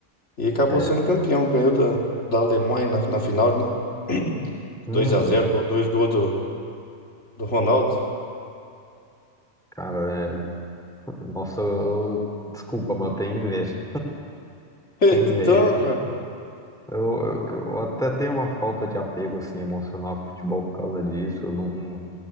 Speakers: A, on the left (about 70°); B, in the centre.
A: E acabou
B: é.
A: sendo campeão. Ganhou da, da Alemanha na, na final, né? <clears throat> dois
B: Uhum.
A: a zero go- dois gols do, do Ronaldo.
B: Cara, é- nossa, eu, eu- desculpa, mas eu tenho inveja.
A: <laughs>
B: Tenho
A: Então,
B: inveja.
A: cara.
B: Eu, eu- eu até tenho uma falta de apego assim, emocional com o futebol por causa disso. Eu não,